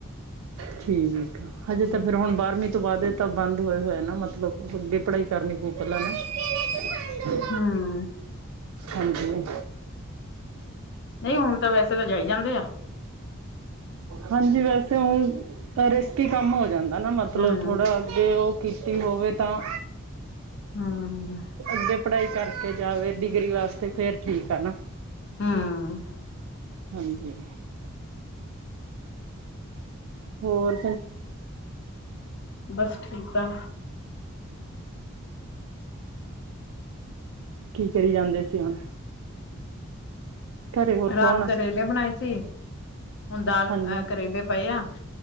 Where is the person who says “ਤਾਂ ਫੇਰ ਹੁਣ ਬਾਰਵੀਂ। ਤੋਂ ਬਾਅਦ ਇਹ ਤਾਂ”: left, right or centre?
Right